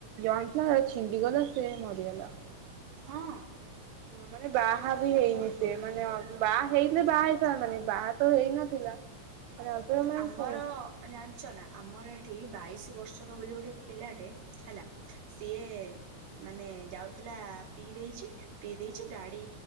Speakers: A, on the right; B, on the right.
A: ଜଏନଟଥିଲା ଛିଣ୍ଡି ଗଲା। ସେ ମରିଗଲା।
B: ହଁ।
A: ହଁ ମାନେ ବାହା ବି ହେଇନି ସିଏ ମାନେ ଅ ବାହା ହେଇଥିଲେ ବାହା ହେଇ ସାରନତାଣି। ମାନେ ବାହା ତ ହେଇନଥିଲା। ମାନେ ଅଳ୍ପ ମାନେ
B: ଆମର
A: କଣ ହୁଁ
B: ଜାଣିଚ ନା ଆମର ଏଠି ଏଇ ବାଇଶି ବର୍ଷର ବୋଲି ଗୋଟେ ପିଲାଟେ ହେଲା। ସିଏ ମାନେ ଯାଉଥିଲା ପିଇ ଦେଇଚି ପିଇ ଦେଇଛି ଗାଡି